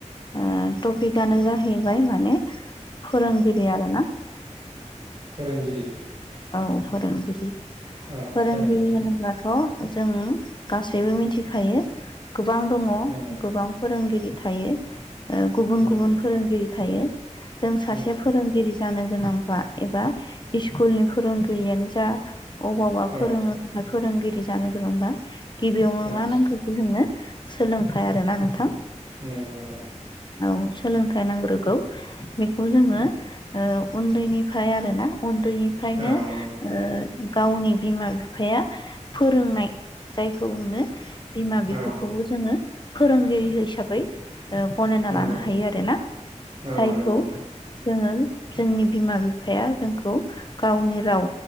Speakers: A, on the left; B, on the right.
A: ओ टपिकआनो जाहैबाय माने फोरोंगिरि आरोना।
B: फोरोंगिरि।
A: औ फोरोंगिरि
B: औ
A: फोरोंगिरि
B: जागोन नोंथां
A: होनोब्ला। थ' जों गासैबो मिथिखायो गोबां दङ
B: नंगौ
A: गोबां। फोरोंगिरि थायो ओ गुबुन
B: नंगौ
A: गुबुन फोरोंगिरि थायो। जों सासे
B: नंगौ
A: फोरोंगिरि जानो गोनांबा एबा इसकुलनि। फोरोंगिरियानो जा अबाव अबा
B: औ
A: फोरोंनो थाखाय फोरोंगिरि जानो गोनांबा‌ गिबियावनो
B: औ
A: मा नांग्रोगौ जोंनो सोलोंथाय आरोना नोंथां।
B: नंगौ नोंथां।
A: औ सोलोंथाइ नांग्रोगौ बेखौ जोंङो
B: औ
A: ओ उन्दैनिफ्राय आरो ना उन्दैनिफ्रायनो।
B: औ
A: ओ
B: नंगौ
A: गावनि बिमा-बिफाया फोरोंनाय। जायखौ अनो बिमा-बिफाखौबो
B: औ
A: जोङो फोरोंगिरि हिसाबै। ओ गनायना
B: नंगौ
A: लानो हायो आरो ना
B: औ
A: जायखौ
B: नंगौ नोंथां
A: जोंङो जोंनि बिमा बिफाया जोंखौ गावनि राव